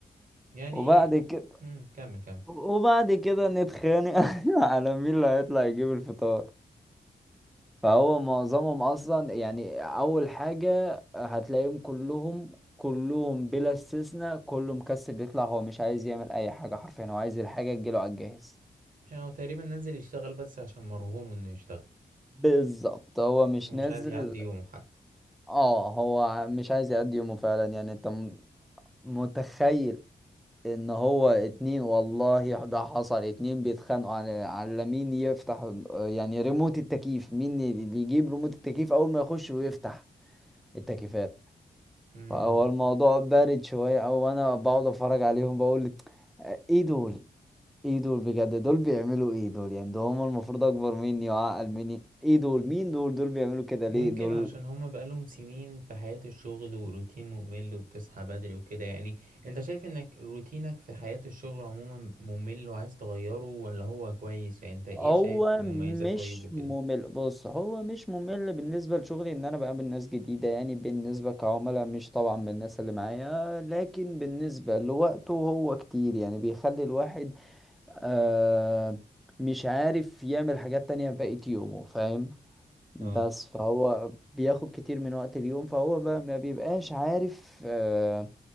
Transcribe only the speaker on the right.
يعني
امم كمل كمل
يعني هو تقريبا نزل يشتغل بس عشان مرغوم انه يشتغل
ومش
عايز يعدي يومه
حتى
ممكن
عشان هما بقالهم سنين في حياة الشغل وروتين ممل وتصحى بدري وكده يعني انت شايف انك روتينك في حياة الشغل عموما ممل وعايز تغيره ولا هو كويس يعني انت ايه
شايف مميزات
وعيوبه كده
اه